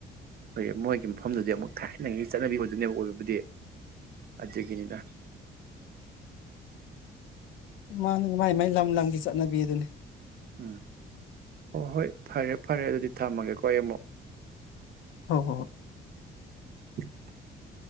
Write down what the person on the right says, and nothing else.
ꯍꯣꯏ ꯃꯣꯏꯒꯤ ꯃꯐꯝꯗꯨꯗꯤ ꯑꯃꯨꯛ ꯊꯥꯏ ꯅꯩꯒꯤ ꯆꯠꯅꯕꯤ ꯆꯠꯅꯕꯤ ꯑꯣꯏꯗꯣꯏꯃꯦꯕꯥ ꯑꯣꯏꯕꯕꯨꯗꯤ ꯑꯗꯨꯒꯤꯅꯤꯅ
ꯎꯝ ꯍꯣ ꯍꯣꯏ ꯐꯔꯦ ꯐꯔꯦ ꯑꯗꯨꯗꯤ ꯊꯝꯃꯒꯦꯀꯣ ꯑꯩ ꯑꯃꯨꯛ
<inaudible>